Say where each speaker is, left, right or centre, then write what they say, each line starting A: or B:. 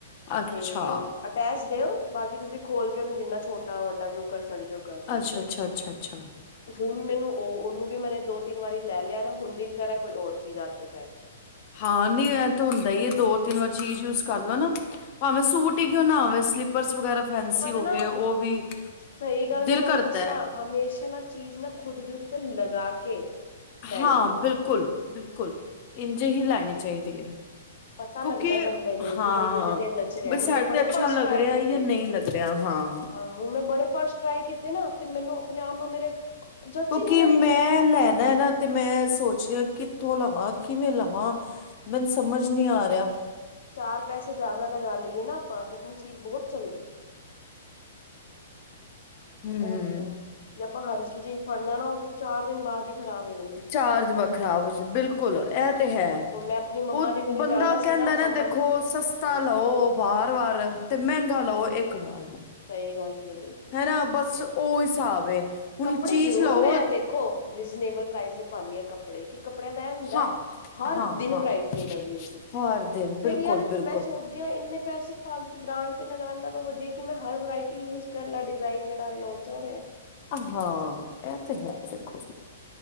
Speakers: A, on the left (about 45°); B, on the left (about 70°).
A: ਅੱਛਾ,
B: ਤੇ ਬੈਸਟ ਏ ਓ ਬਾਕੀ ਤੁਸੀਂ ਖੋਲ ਕੇ ਉਹਨੂੰ ਜਿੰਨਾ ਛੋਟਾ ਵੱਡਾ ਜੋ ਕਰ ਸਕਦੇ ਹੋ ਕਰ ਸਕਦੇ
A: ਅੱਛਾ-ਅੱਛਾ,
B: ਹੋ
A: ਅੱਛਾ-ਅੱਛਾ,
B: ਹੁਣ ਮੈਨੂੰ ਉਹ ਉਹਨੂੰ ਵੀ ਮੈਂ ਹੁਣ ਮੈਨੂੰ ਦੋ ਤਿੰਨ ਵਾਰੀ ਲੈ ਲਿਆ ਨਾ ਹੁਣ ਦਿਲ ਕਰ ਕੋਈ ਔਰ ਚੀਜ਼ ਹੱਥ ਏਚ ਆਏ
A: ਹਾਂ ਨੀ ਐਂ ਤਾਂ ਹੁੰਦਾ ਹੀ ਹੈ ਦੋ ਤਿੰਨ ਵਾਰ ਚੀਜ਼ ਯੂਜ ਕਰ ਲੋ ਨਾ ਭਾਵੇਂ ਸੂਟ ਹੀ ਕਿਉਂ ਨਾ ਹੋਵੇਂ ਸਲਿਪ ਪਰਸ ਵਗੈਰਾ ਫੈਸੀ
B: ਪਰ
A: ਹੋ
B: ਨਾ
A: ਗਏ ਉਹ ਵੀ
B: ਸਹੀ ਗੱਲ
A: ਦਿਲ
B: ਮੈਂ ਤੁਹਾਨੂੰ
A: ਕਰਦਾ
B: ਦੱਸਾਂ
A: ਹੈ
B: ਹਮੇਸ਼ਾ ਨਾ ਚੀਜ਼ ਨਾ ਖੁਦ ਦੇ ਉੱਤੇ ਲਗਾ ਕੇ ਲੈਣੀ
A: ਹਾਂ
B: ਚਾਹੀਦੀ
A: ਬਿਲਕੁਲ ਬਿਲਕੁਲ ਇੰਝ ਹੀ ਲੈਣੀ ਚਾਹੀਦੀ ਹੈ
B: ਪਤਾ
A: ਕਿਉਂਕਿ
B: ਲੱਗਦਾ ਬੰਦੇ ਨੂੰ
A: ਹਾਂ
B: ਕਿ ਬਈ ਮੇਰੇ ਤੇ ਜਚ ਰਿਹਾ
A: ਬਈ
B: ਹੁਣ
A: ਸੈਡ
B: ਮੈਂ ਬੜੇ
A: ਤੇ ਅੱਛਾ
B: ਪਰਸ
A: ਲੱਗ
B: ਟਰਾਈ
A: ਰਿਹਾ
B: ਕੀਤੇ
A: ਜਾਂ ਨਹੀਂ ਲੱਗ ਰਿਆ ਹਾਂ
B: ਹਾਂ ਹੁਣ ਮੈਂ ਬੜੇ ਪਰਸ ਟਰਾਈ ਕੀਤੇ ਨਾ ਤੇ ਮੈਨੂੰ ਆਪਣੇ ਆਪ ਨੂੰ ਮੇਰੇ ਜੱਚ
A: ਕਿਉਂਕਿ
B: ਹੀ ਨਹੀਂ ਰਹੇ
A: ਮੈਂ
B: ਸੀ
A: ਲੈਣਾ ਏ ਨਾ ਤੇ ਮੈਂ ਸੋਚ ਰਈ ਆ ਕਿੱਥੋਂ ਲਵਾਂ ਕਿਵੇਂ ਲਵਾਂ ਮੈਨੂੰ ਸਮਝ ਨੀ ਆ ਰਿਹਾ
B: ਚਾਰ ਪੈਸੇ ਜ਼ਿਆਦਾ ਲਗਾ ਲਈਏ ਨਾ ਆਪਾਂ ਤੇ ਆਪਣੀ ਜੀਭ ਬਹੁਤ ਚੱਲਦੀ ਏ
A: ਹਮ
B: ਇਹ ਹੁੰਦਾ ਜੇ ਆਪਾਂ ਹਲਕੀ ਚੀਜ਼ ਫੜਣੇ ਆ ਨਾ ਉਹ ਚਾਰ ਦਿਨ ਬਾਅਦ ਹੀ ਖਰਾਬ ਹੋ ਜਾਂਦੀ
A: ਚਾਰਜ ਵੱਖ ਖ਼ਰਾਬ ਜ ਬਿਲਕੁਲ ਇਹ ਤੇ ਹੈ
B: ਹੁਣ ਮੈਂ ਆਪਣੀ ਮੰਮਾ
A: ਉਹ
B: ਨੇ ਮੇਰੇ
A: ਬੰਦਾ
B: ਜਾਣਾ
A: ਕਹਿੰਦਾ
B: ਸੀ ਮੰਮਾ
A: ਨਾ ਦੇਖੋ
B: ਨੇ
A: ਸਸਤਾ
B: ਹਾਂਜੀ
A: ਲਓ ਵਾਰ ਵਾਰ ਤੇ ਮਹਿੰਗਾ ਲਓ ਇੱਕ ਵਾਰ
B: ਸਹੀ ਗੱਲ ਜੇ ਕਹੀ
A: ਹੈਨਾ ਬਸ ਉਹ ਹਿਸਾਬ ਏ ਹੁਣ
B: ਕੱਪੜੇ
A: ਚੀਜ਼
B: ਜ਼ਰੂਰ
A: ਲਓ
B: ਮੈਂ ਦੇਖੋ ਰੀਜਨੇਬਲ ਪ੍ਰਾਈਸ ਦੇ ਪਾਨੀ ਆ ਕੱਪੜੇ ਕੱਪੜੇ ਕਿ ਕੱਪੜਿਆਂ ਦਾ ਇਹ ਹੁੰਦਾ
A: ਹਾਂ
B: ਹੈ ਹਰ
A: ਹਾਂ
B: ਦਿਨ
A: ਹਾਂ
B: ਵਰਾਇਟੀ ਹੈ ਨਵੀਂ ਉਹਦੀ
A: ਹਰ ਦਿਨ ਬਿਲਕੁਲ
B: ਫਿਰ ਯਾਰ
A: ਬਿਲਕੁਲ
B: ਮੈਂ ਸੋਚ ਕੇ ਇੰਨੇ ਪੈਸੇ ਫਾਲਤੂ ਬ੍ਰਾਂਡ ਤੇ ਲਗਾਣ ਨਾਲੋਂ ਵਧੀਆ ਕਿ ਮੈਂ ਹਰ ਵਰਾਇਟੀ ਯੂਜ ਕਰ ਲੈ ਡਿਜ਼ਾਇਨ ਜਿਹੜਾ ਲਾਉਣ ਜੋਬ ਅ
A: ਆ ਹਾਂ ਇਹ ਤੇ ਹੈ ਦੇਖੋ